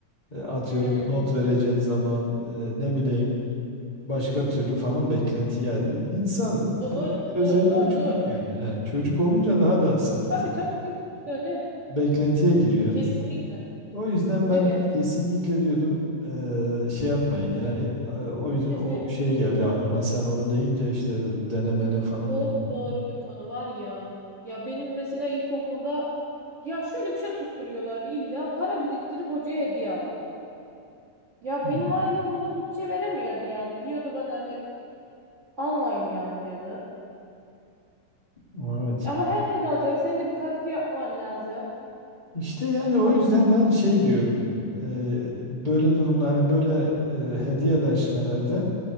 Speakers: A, on the left; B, on the right.
A: e, atıyorum
B: Hı,
A: not vereceğin zaman e, ne bileyim başka türlü falan beklenti yani in- insanın
B: doğru,
A: bu özellikle
B: doğru, doğru,
A: çocuk
B: doğru.
A: yani he, çocuk olunca daha da sıkıntı
B: Tabii tabii. tabii. İşte hani
A: beklentiye giriyor.
B: kesinlikle.
A: O yüzden ben
B: Evet.
A: kesinlikle diyordum eee, şey yapmayın yani eee, o, yüz-
B: Bir şey
A: o
B: söyleyeyim.
A: şey
B: mi? Çok
A: geldi
B: doğru.
A: aklıma sen onu deyince işte denemene falan
B: Çok
A: deyince.
B: doğru bir konu var ya. Ya benim mesela ilkokulda ya şöyle bir şey tutturuyorlardı. illa para biriktirip hocaya hediye alalım. Ya
A: Hmm,
B: benim ailem buna bütçe veremiyordu yani. Diyordu ben hani almayın yani diyordu.
A: evet.
B: Ama herkes alacak. Sen de bir katkı yapman lazım.
A: İşte yani o
B: Haksız.
A: yüzden ben şey diyorum eee, böyle durumda hani böyle eee, hediyeleşmelerde